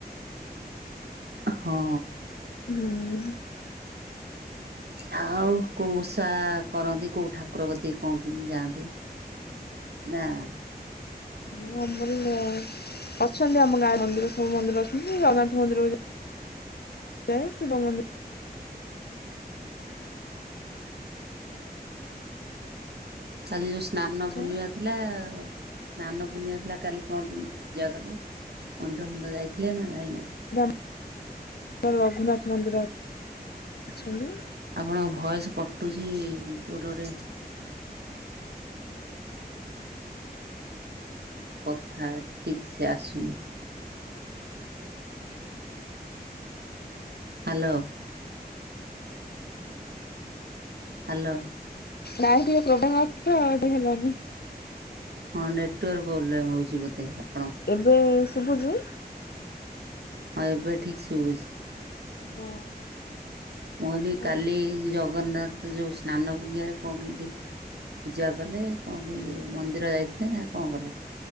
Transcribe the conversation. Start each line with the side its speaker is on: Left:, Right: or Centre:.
Right: ହଁ।
Left: ହଁ।
Right: ଆଉ କୋଉ ଉଷା କରନ୍ତି? କୋଉ ଠାକୁର କତିକି କଣ କେମିତି ଯାଆନ୍ତି? ନା।
Left: ହଁ ଆମର ଲା-ଅଛନ୍ତି ଆମ ଗାଁ ମନ୍ଦିର ସବୁ ମନ୍ଦିର ଅଛନ୍ତି। ଜଗନ୍ନାଥ ମନ୍ଦିର ଏ ଶିବ ମନ୍ଦି
Right: କାଲି ଯୋଉ ସ୍ନାନ
Left: ଯାଏ
Right: ପୂର୍ଣ୍ଣିମା ଥିଲା। ସ୍ନାନ ପୂର୍ଣ୍ଣିମା ଥିଲା କାଲି କଣ କେମିତି ପୂଜା କଲେ ମନ୍ଦିର ଫନ୍ଦିର ଯାଇଥିଲେ ନା ଯାଇନ?
Left: ରାମ <unintelligible> ରଘୁନାଥ ମନ୍ଦିର ଅଛନ୍ତି।
Right: ଆପଣଙ୍କ ଭଏସ୍ କଟୁଚି। କୋଉଟି ଗୋଟେ କଥା ଠିକ ସେ ଆସୁନି। ହାଲୋ। ହାଲୋ।
Left: ନାଇ ଟିକେ ପ୍ରବ୍ଲେମ୍ ଅଛି ତ <inaudible> ହେଲାନି।
Right: ହଁ ନେଟୱାର୍କ ପ୍ରୋବ୍ଲେମ୍ ହଉଛି ବୋଧେ ହ
Left: ଏବେ ଶୁଭୁଚି?
Right: ହଁ ଏବେ ଠିକ ଶୁଭୁଛି।
Left: ହଁ।
Right: ମୁଁ କହିଲି
Left: କୁହନ୍ତୁ
Right: କାଲି ଜଗନ୍ନାଥ ଯୋଉ ସ୍ନାନ ପୂର୍ଣ୍ଣିମାରେ କଣ କେମତି ପୂଜା କଲେ କଣ କେମିତି ମନ୍ଦିର ଯାଇଥିଲେ ନା କଣ କଲେ?